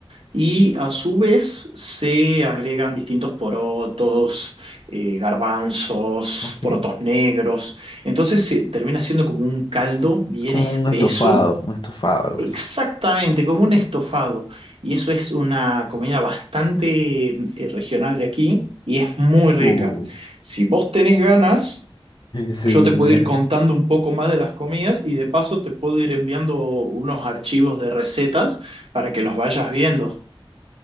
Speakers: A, on the right; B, on the left.
A: Y a su vez se agregan distintos porotos, eh, garbanzos,
B: ok.
A: porotos negros. Entonces se termina siendo como un caldo bien
B: Como
A: espeso,
B: un estofado, un estofado, algo
A: exactamente
B: así. <laughs>
A: como un estofado. Y eso es una comida bastante eh, regional de aquí y es muy rica.
B: Uh,
A: Si vos tenés ganas,
B: Sí,
A: yo te
B: la
A: puedo
B: verdad.
A: ir contando un poco más de las comidas y de paso te puedo ir enviando unos archivos de recetas para que los vayas viendo.